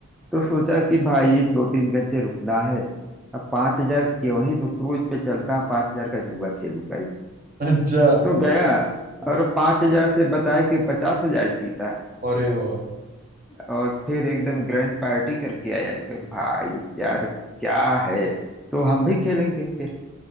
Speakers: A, in the centre; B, on the right.
A: तो सोचा कि भाई दो तीन घंटे रुकना है अब पांच हजार क्यों ही दो क्रूज पे चलता पांच हजार का जुआ खेलूंगा इस
B: अच्छा
A: तो गया और पांच हजार से बताया कि पचास हजार जीता
B: अरे वाह
A: और फिर एकदम ग्रैंड पार्टी करके आए अपने भाई यार क्या है तो हम भी खेलेंगे फिर